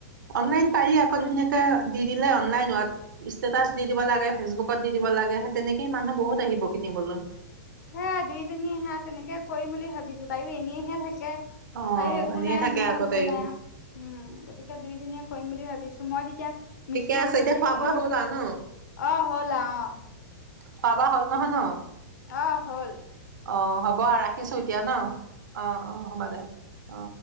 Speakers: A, on the right; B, on the left.
A: অনলাইন পাৰি আক ধুনিয়াকে । দি দিলে অনলাইন
B: অ',
A: ইচ ইষ্টেটাছ দি দিব লাগে ফেচবুকত। দি দিব লাগেহেঁতেন। সেই মানুহ বহুত আহিব কিনিবলৈ।
B: হে দুইজনীয়ে হে তেনেকে কৰিম বুলি ভাবিছো তাইয়ো এ । এনেইহে থাকে।
A: অ',
B: তাইও একো
A: এনেই
B: নাই
A: থাকে
B: মোৰ
A: আকৌ
B: একো
A: তাইও
B: নাই উম গতিকে। তাকে দুইজনীয়ে কৰিম বুলি ভাবিছো মই তেতিয়া
A: ঠিকে
B: মিচিনত
A: আছে
B: বহি
A: এতিয়া
B: থাকিলো
A: খোৱা বোৱা হ'ল আও ন
B: অ', হ'ল অ',
A: খোৱা বোৱা হ'ল নহয় ন।
B: অ', হল ।
A: অ হ'ব। হ'ব ৰাখিছো এতিয়া ন অ অ হ'ব দে অ।